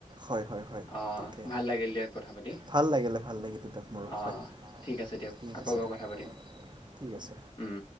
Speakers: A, on the right; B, on the left.
A: হয় হয় হয়
B: আহ
A: তাকে
B: ভাল লাগিল দিয়ক কথা পাতি,
A: ভাল লাগিলে ভাল লাগিলে দিয়ক মোৰো
B: আহ।
A: হয়
B: ঠিক আছে দিয়ক,
A: ঠিক
B: আকৌ
A: আছে
B: বাৰু
A: দিয়ক
B: কথা পাতিম।
A: ঠিক আছে।
B: উম।